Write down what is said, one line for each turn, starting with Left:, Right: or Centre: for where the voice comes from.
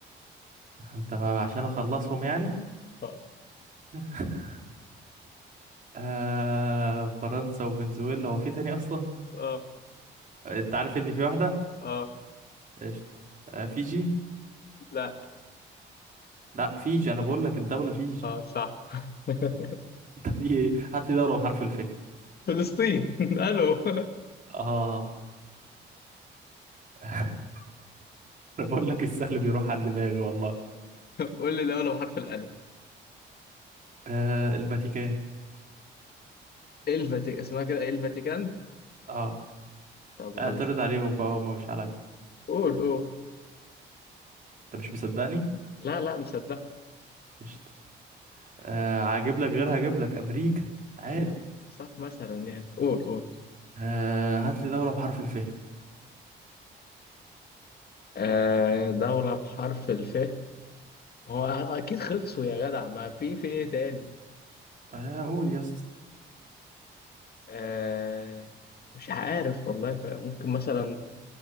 Right: انت ما عشان اخلصهم يعني
Left: اه
Right: <laughs> آه فرنسا وفنزويلا هو في تاني اصلا
Left: اه
Right: انت عارف ان في واحده
Left: اه
Right: قشطه آه، فيجي
Left: لا
Right: لا فيجي انا بقول لك الدوله فيجي
Left: اه صح <laughs>
Right: <laughs> طب إيه؟ هات لي دوله بحرف الف
Left: فلسطين <laughs> الو
Right: اه <laughs> انا بقول لك السهل بيروح عن دماغي والله
Left: قول لي دولة بحرف الألف
Right: آه الفاتيكان
Left: الفاتيكان اسمها كده إيه الفاتيكان
Right: اه
Left: طب قول
Right: اعترض عليهم بقى هما مش عليا
Left: قول قول
Right: انت مش مصدقني
Left: لا لا مصدق
Right: قشطه آه هجيب لك غيرها هجيب لك امريكا عاد
Left: لا صح مثلا يعني قول قول
Right: آه هات لي دوله بحرف الف
Left: آه دولة بحرف الف هو اكيد خلصوا يا جدع ما في في ايه تاني
Right: آه قول يا اسطى
Left: آه مش عارف والله ف- ممكن مثلا